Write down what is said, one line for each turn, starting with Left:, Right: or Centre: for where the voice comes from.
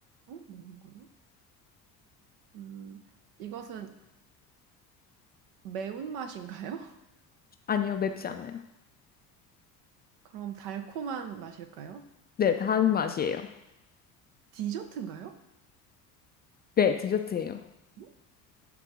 Right: 어? 먹는 거예요? 음, 이것은 매운맛인가요? <laughs>
Left: 아니요, 맵지 않아요.
Right: 그럼 달콤한 맛일까요?
Left: 네, 단 맛이에요.
Right: 디저트인가요?
Left: 네, 디저트예요.
Right: 어?